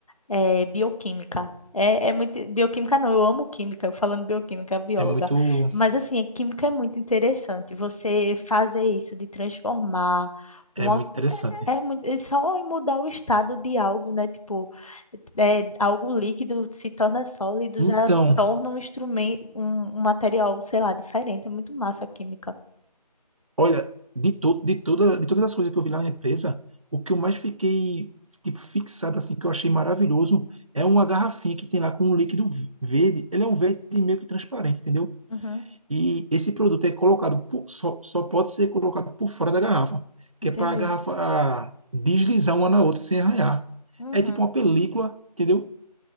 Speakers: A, on the left; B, on the right.
A: eh, bioquímica. É, é muito. Bioquímica não, eu amo química, eu falando bioquímica, bióloga.
B: É muito,
A: Mas assim, a química é muito interessante. Você fazer isso de transformar uma.
B: é muito interessante.
A: É, é muito- é só em mudar o estado de algo, né? Tipo, é, algo líquido se torna sólido,
B: Então,
A: já torna um instrumento, um, um material, sei lá, diferente. É muito massa a química.
B: Olha, de tudo, de toda, de todas as coisas que eu vi lá na empresa, o que eu mais fiquei tipo fixado assim, que eu achei maravilhoso, é uma garrafinha que tem lá com um líquido v- verde. Ele é um verde meio que transparente, entendeu?
A: Uhum,
B: E esse produto é colocado por- só, só pode ser colocado por fora da garrafa, que
A: entendi.
B: é para a garrafa ah, deslizar uma na outra sem arranhar.
A: Uhum,
B: É tipo uma película, entendeu?